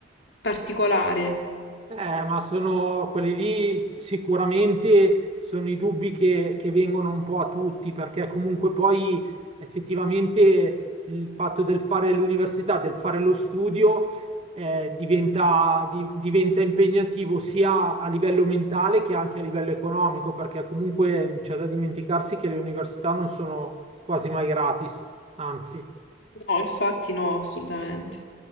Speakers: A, on the left (about 65°); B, on the right (about 30°).
A: particolare.
B: Eh, ma sono quelli lì sicuramente sono i dubbi che, che vengono un po' a tutti, perché comunque poi effettivamente il fatto del fare l'università, del fare lo studio, eh, diventa, di- diventa impegnativo sia a livello mentale che anche a livello economico, perché comunque c'è da dimenticarsi che le università non sono quasi mai gratis, anzi.
A: No, infatti no, assolutamente.